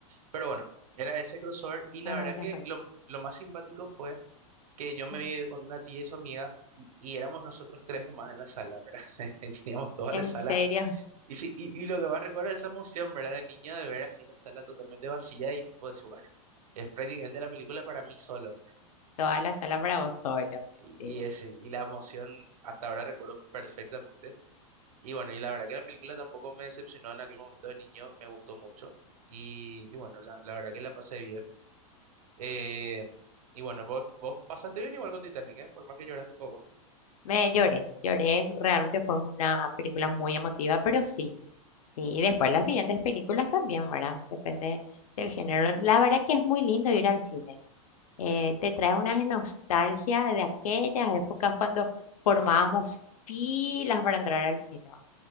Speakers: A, on the right; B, on the left.
A: Pero bueno, era ese crossover y la
B: ah,
A: verdad
B: de las
A: que
B: reglas.
A: lo, lo más simpático fue que yo me
B: Mm.
A: había ido con una tía y su amiga y, y éramos nosotros tres nomás en la sala, ¿verdad? <laughs> Teníamos toda
B: En
A: la sala.
B: serio,
A: Y, sí, y, y lo que más recuerdo es esa emoción, ¿verdad? De niño de ver así la sala totalmente vacía y tipo de decir, bueno, es prácticamente la película para mí solo.
B: toda la sala para vos solo.
A: Y,
B: Sí.
A: y ese, y la emoción hasta ahora recuerdo perfectamente. Y bueno, y la verdad que la película tampoco me decepcionó en aquel momento de niño, me gustó mucho. Y, y bueno, la, la verdad que la pasé bien. Eh, y bueno, vos, vos pasaste bien igual con Titanic, ¿eh? Por más que lloraste un poco.
B: Me lloré, lloré. Realmente fue una película muy emotiva, pero sí. Sí, y después las siguientes películas también, ¿verdad? Depende del género. La verdad que es muy lindo ir al cine. eh, te trae una nostalgia de aquellas épocas cuando formábamos filas para entrar al cine. ¿verdad?